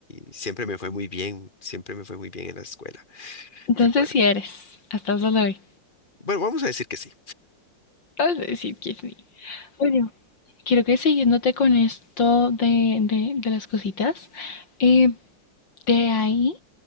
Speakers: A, on the left (about 25°); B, on the left (about 65°).
A: y siempre me fue muy bien, siempre me fue muy bien en la escuela,
B: Entonces
A: recuerdo.
B: sí eres. Hasta el sol de hoy.
A: Bueno, vamos a decir que sí.
B: Vas a decir que sí. Bueno, quiero que siguiéndote con esto de, de, de las cositas. eh, de ahí.